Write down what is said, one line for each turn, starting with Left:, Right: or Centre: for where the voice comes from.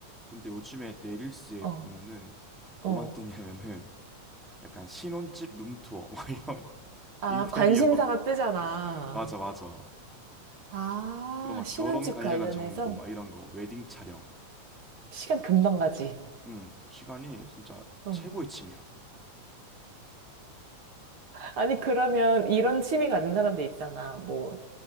Centre: 근데 요즘에 내 릴스에
Right: 어,
Centre: 보면은 뭐만
Right: 어.
Centre: 뜨냐면은 약간 신혼집 룸투어 막 이런 <laughs>
Right: 아,
Centre: 인테리어.
Right: 관심사가 뜨잖아.
Centre: <laughs> 맞아, 맞아.
Right: 아,
Centre: 그리고 막
Right: 신혼집
Centre: 결혼 관련한
Right: 관련해서
Centre: 정보 막 이런 거 웨딩 촬영.
Right: 시간 금방 가지.
Centre: 응. 시간이 진짜
Right: 응.
Centre: 최고의 취미야.
Right: 아니, 그러면 이런 취미 가진 사람들 있잖아. 뭐,